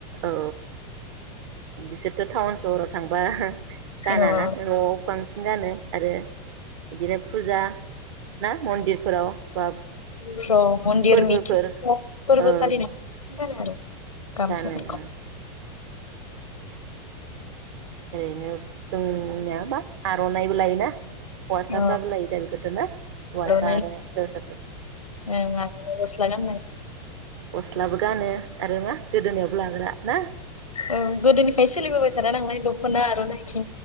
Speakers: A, on the right; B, on the left.
A: औ बिसोरथ टाउन सहराव थां बा गानाना
B: ओ
A: नआव बांसिन गानो आरो बिदिनो फुजा ना मन्दिरफोराव बा
B: फ्राव मन्दिर
A: फोर्बोफोर
B: मिथिंफ्राव फोरबो
A: ओ
B: फालिनाय गानो आरो गामसाफोरखौ
A: गानो ओम ओरैनो जोंनियाबा आरनाइबो लायोना हौवासाफ्राबो
B: ओ
A: लायो दा बेखौथ ना हौवासा
B: आर'नाइ
A: आरो हिन्जावसाफोर
B: ओं आरो गस्ला गाननाय
A: गस्लाबो गानो आरो मा गोदोनायावबो लाग्रा ना
B: औ गोदोनिफ्राय सोलिबोबाय थानाय नांलाय खना आरनाइ